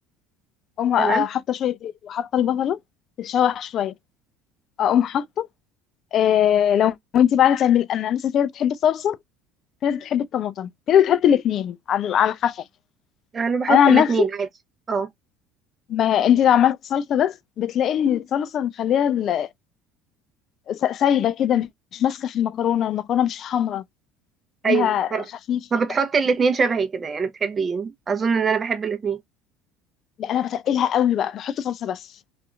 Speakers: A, on the left; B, on the right.
A: اقوم آه،
B: تمام
A: حاطه شويه زيت وحاطه البصله تتشوح شويه اقوم حاطه آه لو انت بقى تعمل انا مثلا في ناس بتحب الصلصه في ناس بتحب الطماطم في ناس بتحط الاثنين على على حسب
B: أنا بحط
A: انا عن
B: الاتنين
A: نفسي
B: عادي أه
A: ما انت لو عملت صلصه بس بتلاقي ان الصلصه مخليها ال- س- سايبه كده مش ماسكه في المكرونه المكرونه مش حمراء منها
B: أيوه طب
A: خفيف
B: فبتحطي
A: كده
B: الاتنين شبهي كده يعني بتحبي أظن إن أنا بحب الاتنين
A: لا انا بتقلها قوي بقى بحط صلصه بس